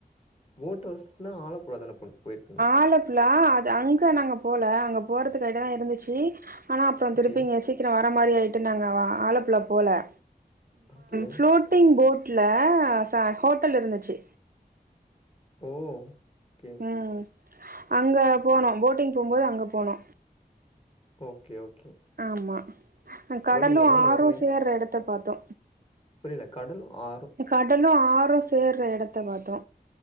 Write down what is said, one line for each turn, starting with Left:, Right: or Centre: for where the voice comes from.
Left: போட்ஹாவுஸ்னா ஆழப்படாதானண்ண போயிருகு
Right: ஆலப்புலா அது அங்க நாங்க போல அங்க போறதுக்கு எடம் இருந்துச்சு ஆனா அப்பறோ
Left: ஓகே
Right: திருப்பீங்க சீக்கிர வர மாரி ஆயிட்டு நாங்க ஆலப்புள்ள போல
Left: ஓகே
Right: ஃப்ளோட்டிங் போட்டல ச ஹோட்டல் இருந்துச்சு
Left: ஓ ஓகே
Right: ம் அங்க போன போட்டிங் போகுபோது அங்க போனோ
Left: ஓகே ஓகே
Right: ஆமா கடலும்
Left: போட்டிங் போம்போது அங்க
Right: ஆறும்
Left: இது மாரி
Right: சேர்ற இடத்த பாத்தோ
Left: புரியல கடல் ஆ
Right: கடலு ஆறும் சேர்ற இடத்த பாத்தோ